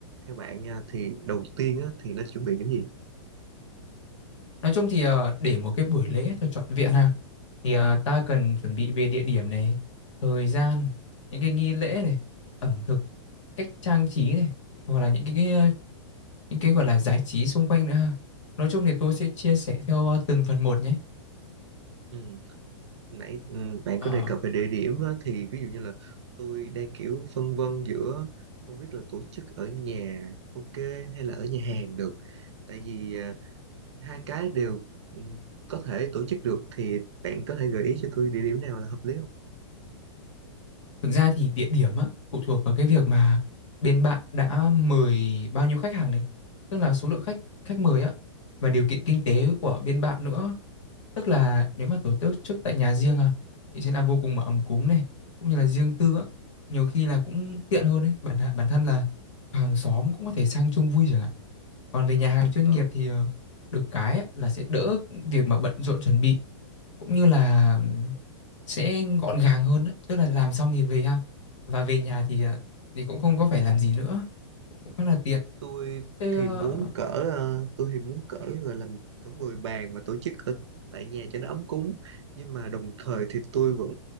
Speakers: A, on the right; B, on the left.
A: theo bạn nha thì đầu tiên á, thì nên chuẩn bị những gì?
B: Nói chung thì ờ, để một cái buổi lễ thật trọn vẹn ha, thì ờ, ta cần chuẩn bị về địa điểm này, thời gian, những cái nghi lễ này, ẩm thực, cách trang trí này, hoặc là những cái, cái những cái gọi là giải trí xung quanh nữa ha. Nói chung thì tôi sẽ chia sẻ theo ờ, từng phần một nhé.
A: Ừ. nãy ừ, bạn
B: Ờ,
A: có đề cập về địa điểm á, thì ví dụ như là tôi đang kiểu phân vân giữa không biết là tổ chức ở nhà ok hay là ở nhà hàng được tại vì ờ, hai cái đều ừ, có thể tổ chức được thì bạn có thể gợi ý cho tôi địa điểm nào là hợp lý không?
B: thực ra thì địa điểm á, phụ thuộc vào cái việc mà bên bạn đã mời bao nhiêu khách hàng này, tức là số lượng khách khách mời á và điều kiện kinh tế của bên bạn nữa. Tức là nếu mà tổ chức tại nhà riêng à thì sẽ là vô cùng mà ấm cúng này, cũng như là riêng tư á, nhiều khi là cũng tiện hơn đấy. Bản bản thân là hàng xóm cũng có thể sang chung vui chẳng hạn. Còn về nhà hàng chuyên
A: Ờ,
B: nghiệp thì ờ, được cái là sẽ đỡ việc mà bận rộn chuẩn bị cũng như là sẽ gọn gàng hơn, á. tức là làm xong thì về ha. Và về nhà thì ờ, thì cũng không có phải làm gì nữa, cũng cũng khá là tiện.
A: tôi
B: Thế
A: thì
B: ờ,
A: muốn cỡ ờ, tôi thì muốn cỡ gọi là cỡ 10 bàn mà tổ chức ở tại nhà cho nó ấm cúng nhưng mà đồng thời thì tôi vẫn